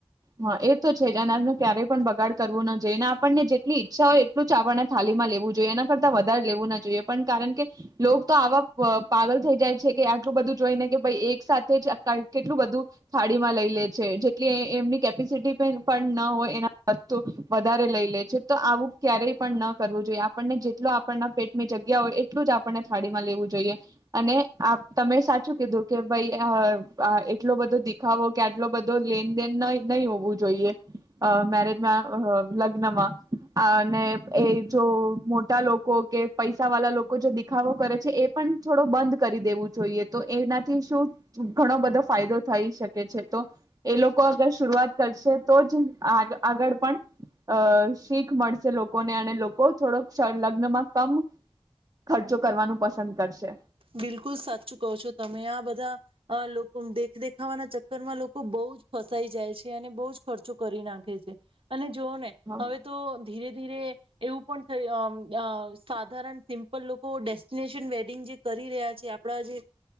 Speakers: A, on the right; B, on the right.
A: હા એ તો છે જ અનાજ ન ક્યારેય પણ બગાડ કરવું ના જોઈએ ને આપણને જેટલી ઈચ્છા હોય એટલું જ આપણને થાળીમાં લેવું જોઈએ એના કરતા વધારે લેવું ના જોઈએ પણ કારણ કે લોગ તો આવા પ પાગલ થઈ જાય છે કે આટલું બધું જોઈ ને કે ભાઈ એક સાથે જ ક કેટલું બધું થાળી માં લઈ લે છે. જેટલી એ એમની કેપેસિટી પણ ન હોય એના વધારે લઈ લે છે તો આવું ક્યારેય પણ ન કરવું જોઈએ આપણને જેટલો આપણના પેટની મે જગ્યા હોય એટલું જ આપણને થાળીમાં લેવું જોઈએ અને તમે સાચું કીધું કે ભાઈ હ અ એટલો બધો દિખાવો કે આટલો બધો લેનદેન નઈ નહી હોવું જોઈએ મેરેજમાં લગ્નમાં અને એ જો મોટા લોકો કે પૈસા વાળા લોકો જે દેખાવો કરે છે. એ પણ થોડો બંધ કરી દેવું જોઈએ તો એનાથી શું ઘણો બધો ફાયદો થઈ શકે છે તો એ લોકો અગસ શરૂઆત કરશે તો જ આગળ પણ અ શીખ મળશે લોકોને અને લોકો થોડોક લગ્નમાં કમ ખર્ચો કરવાનું પસંદ કરશે.
B: બિલકુલ સાચું કહો છો તમે આ બધા લોકો દેખ દેખાવાના ચક્કરમાં લોકો બઉજ ફસાઈ જાય છે. અને બઉજ ખર્ચો કરી નાખે છે. અને જોઓને
A: હા
B: હવે તો ધીરે ધીરે એવું પણ અ અમ્મ સાધારણ સિમ્પલ લોકો ડેસ્ટિનેશન વેડિંગ જે કરી રહ્યા છે આપણા જે